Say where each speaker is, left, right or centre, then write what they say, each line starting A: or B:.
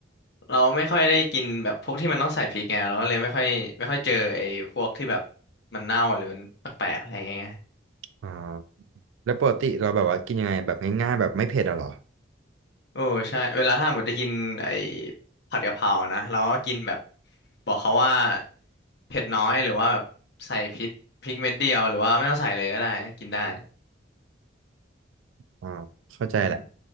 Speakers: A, on the left; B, on the right.
A: เราไม่ค่อยได้กินแบบพวกที่มันต้องใส่พริกไงเราก็เลยไม่ค่อยไม่ค่อยเจอไอ้พวกที่แบบมันเน่าหรือมันแปลกๆอะไรอย่างเงี้ย
B: อ่าแล้วปกติเราแบบว่ากินยังไงแบบง่ายๆแบบไม่เผ็ดอะเหรอ
A: โอ้ใช่เวลาถ้าหมดได้กินไอ้ผัดกะเพรานะเราก็กินแบบบอกเขาว่าเผ็ดน้อยหรือว่าแบบใส่พริกพริกเม็ดเดียวหรือว่าไม่ต้องใส่เลยก็ได้กินได้
B: อ่าเข้าใจแหละ
A: อือฮึ